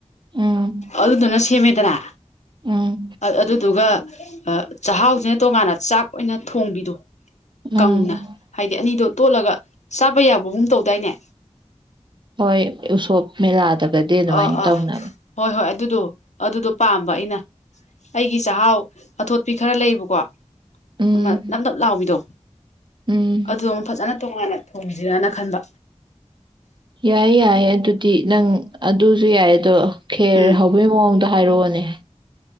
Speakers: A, on the right; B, on the left.
A: ꯎꯝ
B: ꯑꯗꯨꯗꯨꯅ ꯁꯦꯝꯃꯦꯗꯅ
A: ꯎꯝ
B: ꯑꯗꯨꯗꯨꯒ ꯑꯥ ꯆꯥꯛꯍꯥꯎꯁꯤ ꯇꯣꯡꯉꯥꯟꯅ ꯆꯥꯛ ꯑꯣꯏꯅ ꯊꯣꯡꯕꯤꯗꯣ
A: ꯎꯝ
B: ꯀꯪꯅ ꯍꯥꯏꯗꯤ ꯑꯅꯤꯗꯣ ꯇꯣꯠꯂꯒ ꯆꯥꯕ ꯌꯥꯕꯒꯨꯝ ꯇꯧꯗꯥꯏꯅꯦ
A: ꯍꯣꯏ ꯎꯁꯣꯞ ꯃꯦꯂꯥꯗꯕ ꯕꯗꯤ ꯑꯗꯨꯃꯥꯏꯅ
B: ꯑꯥ ꯑꯥ
A: ꯇꯧꯅꯕ
B: ꯍꯣꯏ ꯍꯣꯏ ꯑꯗꯨꯗꯣ ꯑꯗꯨꯗꯣ ꯄꯥꯝꯕ ꯑꯩꯅ ꯑꯩꯒꯤ ꯆꯥꯛꯍꯥꯎ ꯑꯊꯣꯠꯄꯤ ꯈꯔ ꯂꯩꯕꯀꯣ
A: ꯎꯝ
B: ꯑꯃ ꯅꯞ ꯅꯞ ꯂꯥꯎꯕꯤꯗꯣ
A: ꯎꯝ
B: ꯑꯗꯨꯗ ꯑꯃ ꯐꯖꯅ ꯇꯣꯉꯥꯟꯅ ꯊꯣꯡꯁꯤꯔꯅ ꯈꯟꯕ
A: ꯌꯥꯏ ꯌꯥꯏꯌꯦ ꯑꯗꯨꯗꯤ ꯅꯪ ꯑꯗꯨꯁꯨ ꯌꯥꯏ ꯑꯗꯣ ꯈꯦꯔ
B: ꯎꯝ
A: ꯍꯧꯕꯒꯤ ꯃꯑꯣ ꯍꯥꯏꯔꯛꯑꯣꯅꯦ